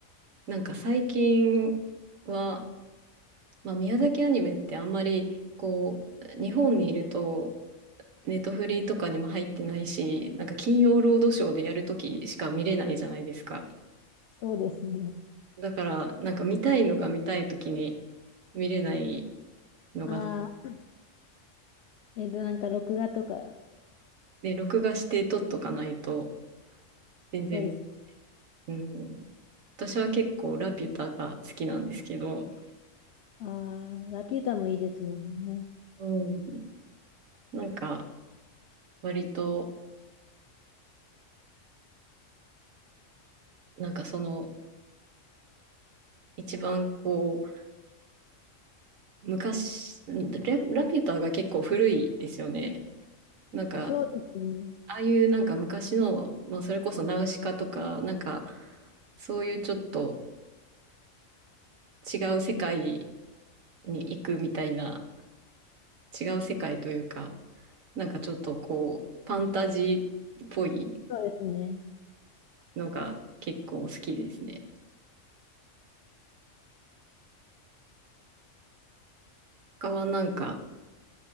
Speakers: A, on the right; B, on the left.
A: なんか最近は、まあ、宮崎アニメってあんまりこう、日本にいるとネットフリとかにも入ってないし、なんか金曜ロードショーでやるときしか見れないじゃないですか。
B: そうですね。
A: だから、なんか見たいのが見たいときに見れないのが、
B: ああ、えっと、なんか録画とか
A: で、録画して撮っとかないと、全然、
B: そうです。
A: うん、私は結構ラピュタが好きなんですけど、
B: ああ、ラピュタもいいですもんね。
A: うん、なんか割と、なんかその、一番こう、昔、ラ、ラピュタが結構古いですよね。なんか、
B: そうですね。
A: ああいうなんか昔の、まあ、それこそナウシカとか、なんかそういうちょっと違う世界に行くみたいな、違う世界というか、なんかちょっとこう、ファンタジーっぽい
B: そうですね。
A: のが結構好きですね。他はなんか